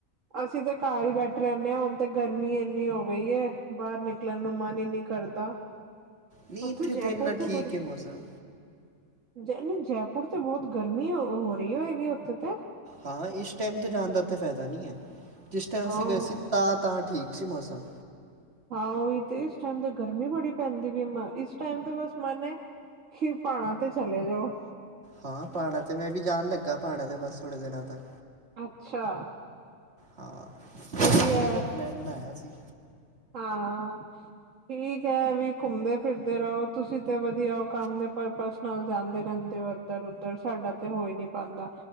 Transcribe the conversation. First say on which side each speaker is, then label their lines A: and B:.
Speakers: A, on the right; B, on the right.
A: ਅਸੀਂ ਤੇ ਘਰ ਹੀ ਬੈਠੇ ਰੈਂਦੇ ਹਾਂ ਹੁਣ ਤੇ ਗਰਮੀ ਇੰਨੀ ਹੋ ਗਈ ਏ ਬਾਰ ਨਿਕ ਨਿਕਲਣ ਨੂੰ ਮਨ ਹੀ ਨਹੀਂ ਕਰਦਾ,
B: ਨਹੀਂ
A: ਉੱਥੇ
B: ਇੱਥੇ
A: ਜੈਪੁਰ
B: ਤਾਂ ਇੰਨਾ ਠੀਕ
A: ਤੇ ਬੜੀ
B: ਹੈ ਮੌਸਮ
A: ਜੈ ਨਹੀਂ ਜੈਪੁਰ ਤੇ ਬੋਤ ਗਰਮੀ ਹੋ ਰਹੀ ਹੋਏਗੀ ਉੱਥੇ ਤੇ।
B: ਹਾਂ ਇਸ ਟਾਈਮ ਤੋਂ ਜਾਣ ਦਾ ਉੱਥੇ ਫਾਇਦਾ ਨਹੀਂ ਏ, ਜਿਸ ਟੈਮ
A: ਹਾਂ
B: ਅਸੀਂ ਗਏ ਸੀ ਤਾਂ ਤਾਂ ਠੀਕ ਸੀ ਮੌਸਮ।
A: ਹਾਂ ਉਹੀ ਤੇ ਇਸ ਟਾਈਮ ਤੇ ਗਰਮੀ ਬੜੀ ਪੈਂਦੀ ਪਈ ਏ, ਇਸ ਟੈਮ ਤੇ ਬਸ ਮਨ ਏ ਕੀ ਪਹਾੜਾਂ ਤੇ ਚਲੇ ਜਾਓ।
B: ਹਾਂ ਪਹਾੜਾਂ ਤੇ ਮੈਂ ਵੀ ਜਾਣ ਲੱਗਾ ਪਹਾੜਾਂ ਤੇ ਬਸ ਥੋੜੇ ਦਿਨਾਂ ਤੱਕ।
A: ਅੱਛਾ।
B: ਹਾਂ ਫਲੀ
A: ਵਧੀਆ
B: ਦਾ ਪਲੈਨ ਬਣਾਇਆ ਸੀ।
A: ਹਾਂ ਠੀਕ ਐ ਵੀ ਘੁੰਮਦੇ ਫਿਰਦੇ ਰਹੋ। ਤੁਸੀਂ ਤੇ ਵਧੀਆ ਓ, ਕੰਮ ਦੇ ਪਰਪਸ ਨਾਲ ਜਾਂਦੇ ਰੈਂਦੇ ਹੋ ਇੱਧਰ ਉੱਧਰ। ਸਾਡਾ ਤੇ ਹੋ ਹੀ ਨਹੀਂ ਪਾਂਦਾ,